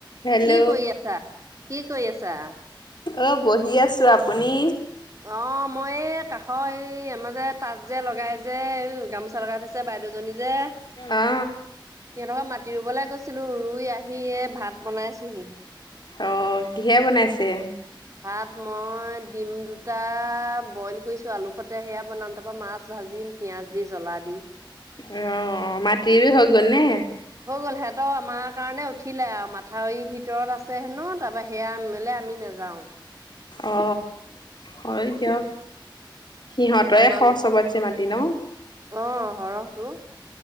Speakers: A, on the left; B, on the right.
A: Hello
B: কি কৰি আছা? কি কৰি আছা?
A: অ, বহি আছো। আপুনি?
B: অ, মই এ কাষ এই আমা যে তাঁত যে লগাই যে। গামোচা লগাই থৈছ বাইদউজনী যে।
A: অ।
B: সিহঁত পা মাটি ৰুবলে গৈছিলো। ৰুই আহি এ ভাত বনাইছোহি।
A: অ। কিহে বনাইছে?
B: ভাত মই ডিম দুটা বইল কৰিছো, আলু সতে। সেয়া বনাম তাপা মাছ ভাজিম। পিঁয়াজ দি জ্বলা দি।
A: অ। মাটি ৰুই হৈ গ'ল নে?
B: হৈ গ'ল সেত আমাৰ কাৰণে উঠিলে আও। মাথাউৰি ভিতৰত আছে হেনো তাপা সেয়া মেলে আমি নেযাওঁ।
A: অ। হয় দিয়ক। সিহঁতৰে
B: তোমালোক
A: খৰচ হ'ব। ছে মাটি ন?
B: অ সৰহ তো।